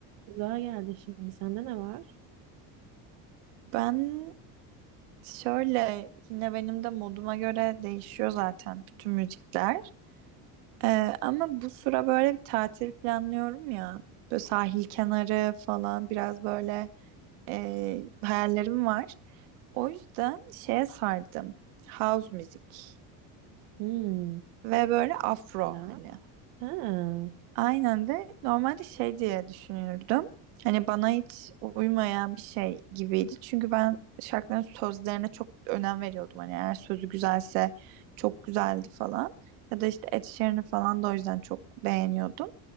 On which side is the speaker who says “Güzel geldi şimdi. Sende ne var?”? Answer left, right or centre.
Right